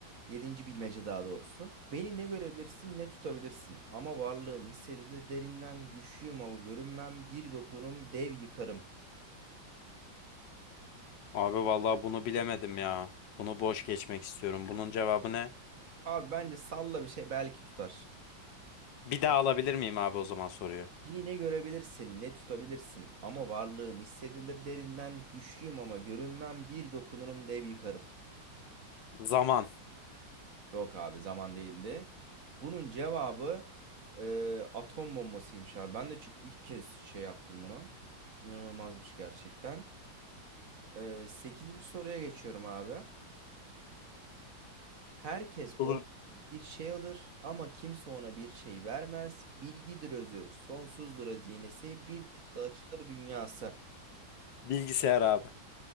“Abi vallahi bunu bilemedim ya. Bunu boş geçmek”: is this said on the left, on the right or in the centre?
Left